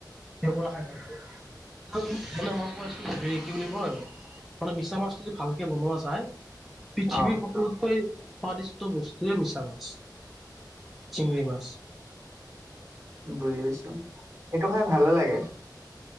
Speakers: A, in the centre; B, on the right.
A: <unintelligible> মানে মই কৈ আছোঁ যে হেৰি কি বুলি কয় মানে মিছা মাছটো যদি ভালকে বনোৱা যায় পৃথিৱীৰ
B: অ',
A: স কলোতকৈ স্বাদদিষ্ট বস্তুয়ে মিছা মাছ, চিঙৰি মাছ।
B: বুজি পাইছো, সেইটো খাই ভালে লাগে।